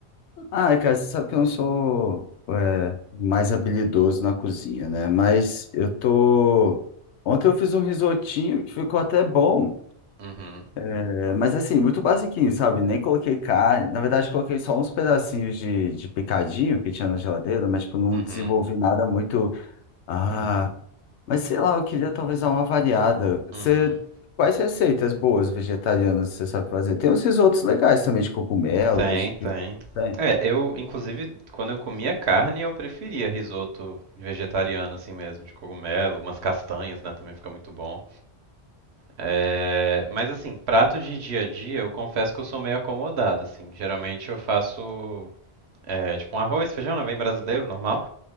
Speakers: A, on the left; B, on the right.
A: Ai, cara, você sabe que eu não sou é, mais habilidoso na cozinha, né? Mas eu tô. Ontem eu fiz um risotinho que ficou até bom,
B: Uhum,
A: é, mas assim, muito basiquinho, sabe? Nem coloquei carne. Na verdade, coloquei só uns pedacinhos de, de picadinho que tinha na geladeira, mas tipo, não
B: uhum,
A: desenvolvi nada muito. Ah, mas sei lá, eu queria talvez dar uma variada. Você,
B: uhum.
A: quais receitas boas vegetarianas você sabe fazer? Tem uns risotos legais também de cogumelo,
B: Tem,
A: desse
B: tem.
A: tipo de... Tem?
B: É, eu, inclusive, quando eu comia carne, eu preferia risoto vegetariano, assim mesmo, de cogumelo, umas castanhas, né, também fica muito bom. É, mas, assim, prato de dia a dia, eu confesso que eu sou meio acomodado, assim. Geralmente eu faço, é, tipo, um arroz, feijão, né, bem brasileiro, normal.